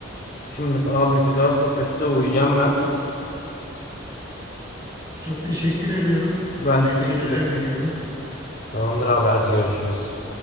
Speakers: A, on the left; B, on the right.
A: şimdi abi güzel sohbette uyuyacağım ben.
B: Çok teşekkür ediyorum.
A: Ben
B: Hayırlı
A: de teşekkür
B: geceler
A: ettim.
B: diliyorum.
A: Tamamdır abi hadi görüşürüz.